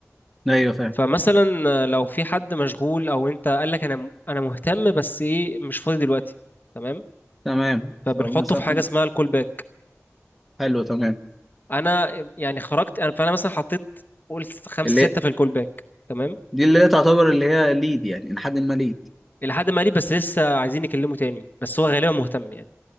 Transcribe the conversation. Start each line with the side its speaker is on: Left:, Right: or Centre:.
Centre: ايوه فاهم
Left: فمثلا لو في حد مشغول او انت قال لك انا انا مهتم بس ايه مش فاضي دلوقتي تمام
Centre: تمام
Left: فبنحطه
Centre: فمثلا
Left: في حاجه
Centre: حد
Left: اسمها الكول باك
Centre: حلو تمام
Left: انا يعني خرجت انا فانا مثلا حطيت قلت خمسة
Centre: اللي
Left: ستة في الكول باك تمام
Centre: دي اللي هي تعتبر اللي هي ليد يعني لحد ما ليد
Left: الى حد ما ليه بس لسه عايزين يكلمه تاني بس هو غالبا مهتم يعني